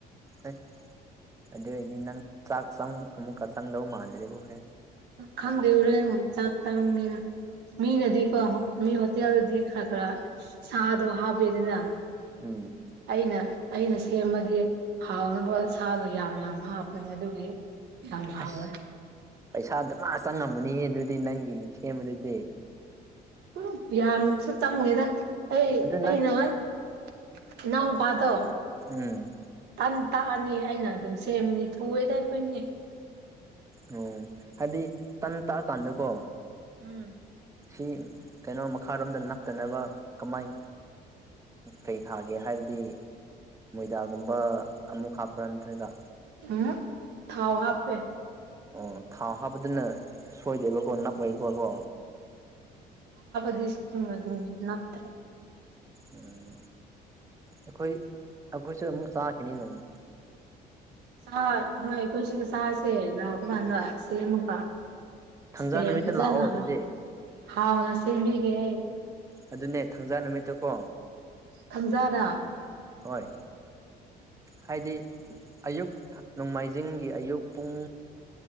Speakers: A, on the right; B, on the right.
A: ꯑꯁ ꯑꯗꯨ ꯑꯣꯏꯔꯗꯤ ꯅꯪ ꯆꯥꯛ ꯑꯃꯨꯛꯀ ꯆꯪꯗꯧ ꯃꯥꯟꯗ꯭ꯔꯦꯕ ꯍꯣꯔꯦꯟ
B: ꯈꯪꯗꯦ ꯎꯔꯦ ꯆ ꯇꯔꯒꯦ ꯃꯤꯅꯗꯤꯀꯣ ꯃꯤ ꯍꯣꯇꯦꯜꯗꯗꯤ ꯈꯔ ꯈꯔ ꯁꯥꯗꯣ ꯍꯥꯞꯄꯗꯅ
A: ꯎꯝ
B: ꯑꯩꯅ ꯑꯩꯅ ꯁꯦꯝꯕꯗꯤ ꯍꯥꯎꯅꯕ ꯁꯥꯗꯣ ꯌꯥꯝ ꯌꯥꯝ ꯍꯥꯞꯄꯅꯤ ꯑꯗꯨꯒꯤ ꯌꯥꯝ ꯍꯥꯎꯋꯦ
A: ꯑꯁ ꯄꯩꯁꯥꯗ ꯃꯥ ꯆꯪꯉꯝꯃꯅꯤꯍꯦ ꯑꯗꯨꯗꯤ ꯅꯪꯒꯤ ꯁꯦꯝꯕꯗꯨꯗꯤ
B: ꯎꯝ ꯌꯥꯝꯁꯨ ꯆꯝꯉꯉꯦꯗ ꯑꯩ
A: ꯑꯗꯨ
B: ꯑ
A: ꯅꯪ
B: ꯅ ꯅꯅꯥꯎ ꯄꯗꯣ
A: ꯎꯝ
B: ꯇꯥꯟ ꯇꯥꯛꯑꯅꯤ ꯑꯩꯅ ꯑꯗꯨꯝ ꯁꯦꯝꯃꯤꯅꯤ ꯊꯨꯑꯦꯗ ꯑꯩꯈꯣꯏꯅꯤ
A: ꯑꯣꯝ ꯍꯥꯏꯗꯤ ꯇꯟ ꯇꯥꯛꯑꯀꯥꯟꯗꯀꯣ
B: ꯎꯝ
A: ꯁꯤ ꯀꯩꯅꯣ ꯃꯈꯥꯔꯣꯝꯗ ꯅꯞꯇꯅꯕ ꯀꯃꯥꯏ ꯀꯩ ꯊꯥꯒꯦ ꯍꯥꯏꯕ ꯑꯗꯨꯗꯤ ꯃꯣꯏꯗꯥꯒꯨꯝꯕ ꯑꯃꯨꯛ ꯍꯥꯞꯄ ꯅꯠꯇ꯭ꯔꯦꯒ
B: ꯎꯝ ꯊꯥꯎ ꯍꯥꯞꯄꯦ
A: ꯑꯣ ꯊꯥꯎ ꯍꯥꯞꯄꯗꯨꯅ ꯁꯣꯏꯗꯦꯕꯀꯣ ꯅꯞ ꯑꯣꯏꯦꯛꯄꯀꯣ
B: ꯗꯤ ꯑꯗꯨ ꯅꯠꯇ꯭ꯔ
A: ꯎꯝ ꯑꯩꯈꯣꯏ ꯑꯩꯈꯣꯏꯁꯨ ꯑꯃꯨꯛ ꯆꯥꯈꯤꯅꯤ ꯅꯣꯡꯃ
B: ꯆ ꯍꯣꯏ ꯀꯣꯏꯁ ꯆꯥꯁꯦ ꯂꯥꯛꯄ ꯀꯥꯟꯗꯁꯦꯃꯀ
A: ꯊꯥꯡꯖꯥ
B: ꯁꯦ
A: ꯅꯨꯃꯤꯠꯇ
B: ꯐꯖꯅ
A: ꯂꯥꯛꯑꯣ ꯑꯗꯨꯗꯤ
B: ꯍꯥꯎ ꯍꯥꯎꯅ ꯁꯦꯃꯤ ꯍꯒꯦ
A: ꯑꯗꯨꯅꯦ ꯊꯥꯡꯖꯥ ꯅꯨꯃꯤꯠꯇ ꯀꯣ
B: ꯈꯪꯖꯥꯔꯥ
A: ꯍꯣꯏ ꯍꯥꯏꯗꯤ ꯑꯌꯨꯛ ꯅꯣꯡꯃꯥꯏꯖꯤꯡꯒꯤ ꯑꯌꯨꯛ ꯄꯨꯡ